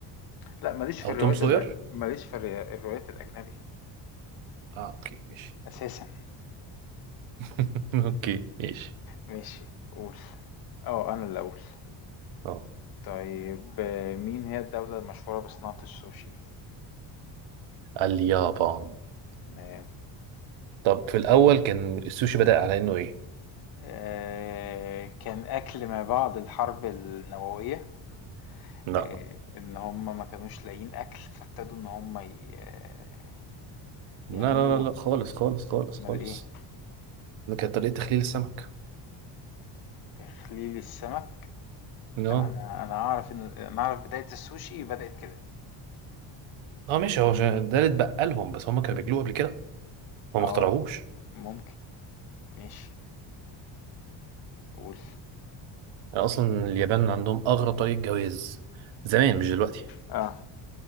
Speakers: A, on the left (about 50°); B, on the right (about 70°).
A: لا ماليش في
B: او
A: الروايات
B: توم سوير
A: الأ- ماليش في الر- الروايات الاجنبي
B: اه اوكي ماشي
A: اساسا
B: <laughs> اوكي ماشي
A: ماشي قول اه انا اللي اقول
B: اه
A: طيب آه، مين هي الدولة المشهورة بصناعة السوشي
B: اليابان
A: تمام
B: طب في الاول كان السوشي بدأ على انه ايه
A: آه كان اكل ما بعد الحرب النووية
B: لا
A: آه ان هم ما كانوش لاقيين اكل فابتدوا ان هم ي- آه، يعملوا
B: لا لا لا لا خالص خالص خالص
A: امال
B: خالص
A: ايه
B: ده كانت طريقة تخليل السمك
A: تخليل السمك
B: اه
A: لا انا انا اعرف ان انا اعرف بداية السوشي بدأت كده
B: اه ماشي هو عشان ده اللي اتبقى لهم بس هم كانوا بياكلوه قبل كده
A: اه
B: هو ما اخترعوش
A: ممكن ماشي قول
B: يعني اصلا اليابان عندهم اغرب طريقه جواز زمان مش دلوقتي
A: اه